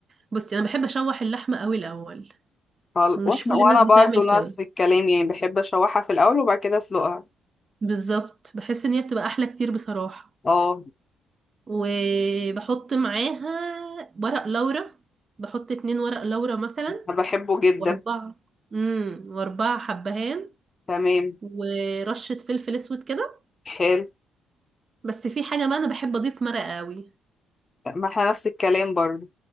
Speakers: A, on the right; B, on the left.
A: بصي انا بحب اشوح اللحمة قوي الاول
B: خل...
A: مش
B: واحنا
A: كل
B: وانا
A: الناس
B: برضو
A: بتعمل
B: نفس
A: كده
B: الكلام يعني بحب اشوحها في الاول وبعد كده اسلقها
A: بالظبط بحس ان هي بتبقى احلى كتير بصراحة
B: اه
A: وبحط معاها ورق لورا بحط اتنين ورق لورا مثلا
B: أنا بحبه جدا
A: واربعة امم واربعة حبهان
B: تمام
A: ورشة فلفل اسود كده
B: حلو
A: بس في حاجة بقى انا بحب اضيف مرقة قوي
B: ما احنا نفس الكلام برضو